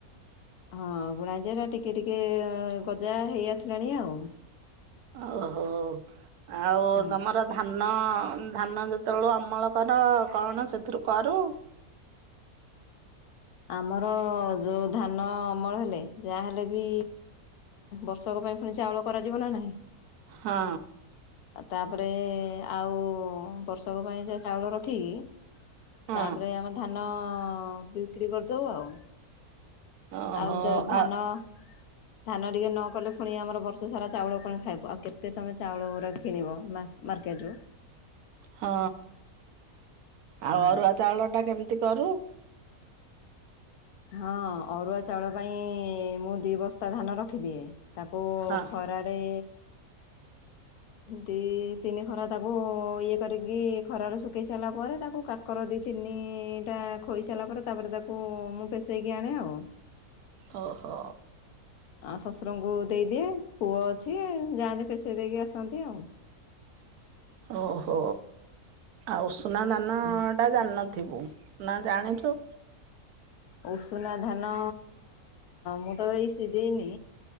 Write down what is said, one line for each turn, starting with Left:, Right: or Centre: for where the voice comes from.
Left: ହଁ ବୁଣା ଯାଏ ଟିକେ ଟିକେ ଗଜା ହେଇ ଆସିଲାଣି ଆଉ।
Right: ଓହୋ ଆଉ
Left: ହଁ।
Right: ତମର ଧାନ ନ ଧାନ ଯେତେବେଳୁ ଅମଳ କର କଣ ସେଥିରୁ କରୁ? <inaudible>
Left: ଆମର ଯୋଉ ଧାନ ଅମଳ ହେଲେ ଯାହାହେଲେ ବି ବର୍ଷକ ପାଇଁ ପୁଣି ଚାଉଳ କରାଯିବ ନା ନାହିଁ।
Right: ହଁ।
Left: ତାପରେ ଆଉ ଓ ବର୍ଷକ ପାଇଁ ଯାହା ଚାଉଳ ରଖିକି।
Right: ହଁ
Left: ତାପରେ ଆମେ ଧାନ ବି ବିକ୍ରି କରିଦବ ଆଉ।
Right: ଓହୋ
Left: ଆଉ ଯଦି ଧାନ
Right: ଆ
Left: ଧାନ ଟିକେ ନ କଲେ ପୁଣି ଆମର ବର୍ଷ ସାରା ଚାଉଳ କଣ ଖାଇବ ଆଉ କେତେ ତମେ ଚାଉଳ ଅରା କିଣିବ? ମାର୍କେଟରୁ।
Right: ହଁ ଆଉ
Left: ହଁ।
Right: ଅରୁଆ ଚାଉଳ ଟା କେମିତି? କରୁ?
Left: ହଁ ଅରୁଆ ଚାଉଳ ପାଇଁ ମୁଁ ଦି ବସ୍ତା ଧାନ ରଖିଦିଏ। ତାକୁ
Right: ହଁ
Left: ଖରାରେ ଦି ତିନି ଖରା ତାକୁ ଇଏ କରିକି ଖରାରେ ପକେଇ ସାରିଲା ପରେ ତାକୁ କାକର ଦି ତିନିଟା ଖୋଇସାରିଲା ପରେ ତାପ ତାକୁ <unintelligible> ଆଉ।
Right: ଓହୋ।
Left: ଆଉ ଶଶୁରଙ୍କୁ ଦେଇଦିଏ ପୁଅ ଅଛି ଯାଆନ୍ତି ପେଶେଇ ଦେଇକି ଆସନ୍ତି ଆଉ।
Right: ଓହୋ ଆଉ ଉସୁନା ଧାନ
Left: ଆଉ।
Right: ଟା ଜାଣିନଥିବୁ। ନା ଜାଣିଛୁ।
Left: ଉଷୁନା ଧାନ ମୁଁ ତ ଏଇ ସିଝେଇନି।